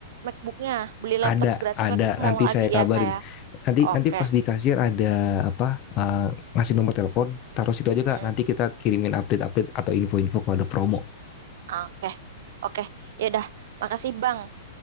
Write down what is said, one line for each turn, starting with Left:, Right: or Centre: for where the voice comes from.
Right: MacBook-nya. Beli laptop
Left: ada
Right: gratis
Left: ada
Right: MacBook mau
Left: nanti
Right: lagi
Left: saya kabarin.
Right: ya saya.
Left: Nanti
Right: Oke.
Left: nanti pas di kasir ada apa eh, ngasih nomor telepon, taruh situ aja
Right: Mm-mm.
Left: Kak. Nanti kita kirimin update-update atau info-info kalau ada promo.
Right: Oke. Oke. Ya udah. Makasih, Bang.